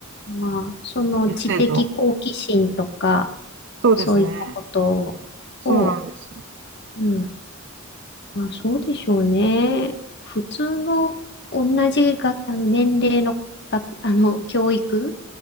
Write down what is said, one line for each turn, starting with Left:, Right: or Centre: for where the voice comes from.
Left: まあ、その知的好奇心とか、
Right: ギフテッド。そうですね。
Left: そういったことを、
Right: そうなんですよ。
Left: うん。まあそうでしょうね。普通の同じ学あの年齢の学、あの教育